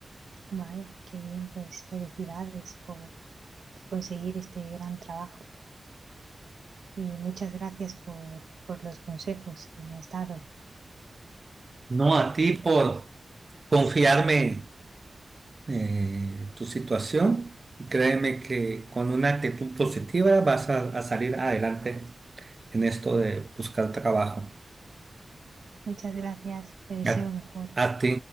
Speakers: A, on the right; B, on the right.
A: vaya, qué bien, pues felicidades por, por conseguir este gran trabajo. y muchas gracias por, por los consejos que me has dado.
B: No a ti por confiarme eh, tu situación y créeme que con una actitud positiva vas a, a salir adelante en esto de buscar trabajo.
A: Muchas gracias, te deseo
B: A,
A: lo mejor.
B: a ti.